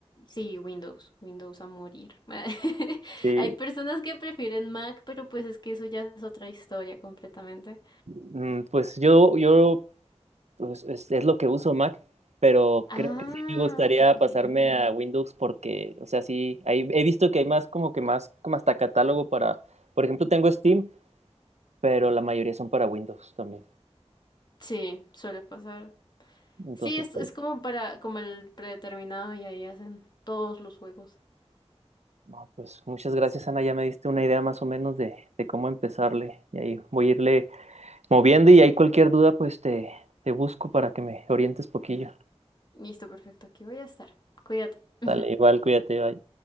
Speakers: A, on the left; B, on the right.
A: Sí, Windows, Windows a morir. <laughs>
B: Sí,
A: Hay personas que prefieren Mac, pero pues es que eso ya es otra historia completamente.
B: Mm, pues yo, yo pues, es, es lo que uso Mac, pero
A: Ah,
B: creo que sí me gustaría
A: ok.
B: pasarme a Windows porque, o sea, sí, ahí he visto que hay más como que más, como hasta catálogo para, por ejemplo, tengo Steam, pero la mayoría son para Windows también.
A: Sí, suele pasar.
B: Entonces,
A: Sí, es,
B: por
A: es como para, como el predeterminado y ahí hacen todos los juegos.
B: No, pues muchas gracias, Ana. Ya me diste una idea más o menos de, de cómo empezarle. Y ahí voy a irle moviendo y ahí cualquier duda, pues te, te busco para que me orientes poquillo.
A: Listo, perfecto, aquí voy a estar. Cuídate. <laughs>
B: Dale, igual, cuídate, bye.